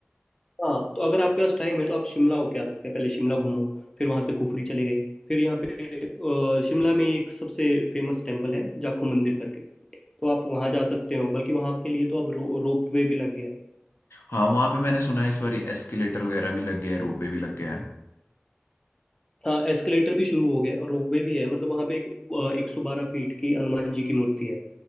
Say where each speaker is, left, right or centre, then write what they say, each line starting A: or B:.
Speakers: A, on the left (about 20°); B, on the left (about 75°).
A: हाँ तो अगर आपके पास टाइम है तो आप शिमला होके आ सकते हैं पहले शिमला घूमो फिर वहाँ से कुफरी चले गए फिर यहाँ पे अ, शिमला में एक सबसे फेमस टेम्पल है जाखू मंदिर करके तो आप वहाँ जा सकते हो बल्कि वहाँ के लिए तो अब रो, रोप वे भी लग गया है
B: हाँ वहाँ पे मैंने सुना है इस बार एस्केलेटर वगैरह भी लग गया है रोपवे भी लग गया है
A: हाँ एस्केलेटर भी शुरू हो गया है और रोपवे भी है मतलब वहाँ पे एक एक सौ बारह फीट की हनुमान जी की मूर्ति है